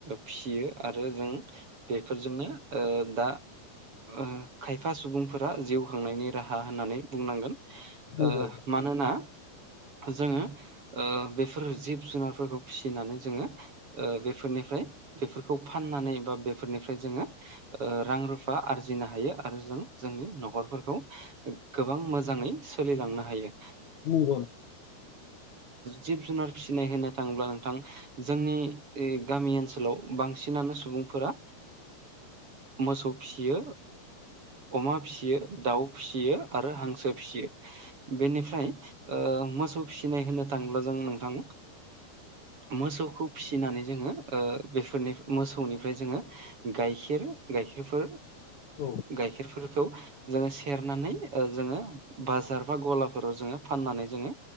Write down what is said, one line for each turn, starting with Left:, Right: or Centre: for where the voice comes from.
Right: फिसियो आरो जों बे फोरजोंनो ओ दा ओ खायफा सुबुंफोरा जिउ खांनायनि राहा होननानै बुंनांगोन
Left: नंगौ
Right: ओ मानोना जोङो ओ बेफोर जिब जुनारफोरखौ फिसिनानै जोङो ओ बेफोरनिफ्राय बेफोरखौ फाननानै बा बेफोरनिफ्राय जोङो ओ रां रुफा आरजिनो हायो। आरो जों जोंनि न'खरफोरखौ गोबां मोजाङै सोलिलांनो हायो।
Left: नंगौ नंगौ
Right: जिब जुनार फिसिनाय होनो थाङोब्ला नोंथां जोंनि ओ गामि ओनसोलाव बांसिनानो सुबुंफोरा मोसौ फियो अमा फियो दाउ फिसियो आरो हांसो फियो बेनिफ्राय मोसौ फिसिनाय होनो थाङोब्ला जों नोंथां मोसौखौ फिसिनानै ओ जोङो बेफोरनि मोसौनिफ्राय जोङो गाइखेर गाइखेरफोर
Left: औ
Right: गाइखेरफोरखौ जोङो सेरनानै जोङो बाजार बा गलाफोराव जोङो फाननानै जोङो